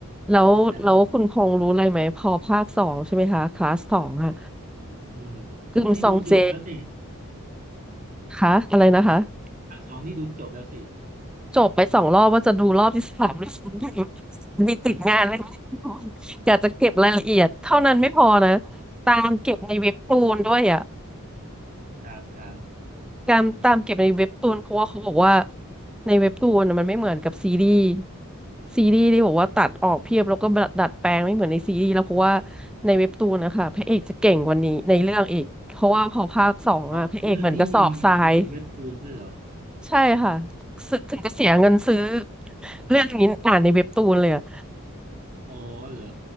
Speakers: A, in the centre; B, on the right.
A: แล้วแล้วคุณพงษ์รู้อะไรไหมพอภาคสองใช่ไหมคะคลาสสองอ่ะ
B: ใช่แต่อืม
A: กึมซองเจ
B: นี่ดูจบแล้วสิ
A: คะอะไรนะคะ
B: ภาคสองนี่ดูจบแล้วสิ <laughs>
A: จบไปสองรอบว่าจะดูรอบที่สามด้วยซ้ำ <laughs> ไปมีติดงานอะไรไหมรู้อยากจะเก็บรายละเอียดเท่านั้นไม่พอนะตามเก็บในเว็บตูนด้วยอ่ะ
B: ครับครับ
A: การตามเก็บในเว็บตูนเพราะว่าเขาบอกว่าในเว็บตูนน่ะมันไม่เหมือนกับซีรีส์ซีรีส์ที่บอกว่าตัดออกเพียบแล้วก็ดัดแปลงไม่เหมือนในซีรีส์แล้วเพราะว่าในเว็บตูนนะคะพระเอกจะเก่งกว่านี้ในเรื่องอีกเพราะว่าพอภาคสองอะพระเอกเหมือนกระสอบทราย
B: เพราะเรื่องนี้มีมีมีเป็นเว็บตูนด้วยเหรอ
A: ใช่ค่ะซึถึงจะเสียเงินซื้อเรื่องนี้อ่านในเว็บตูนเลยอะ
B: อ๋อเหรอ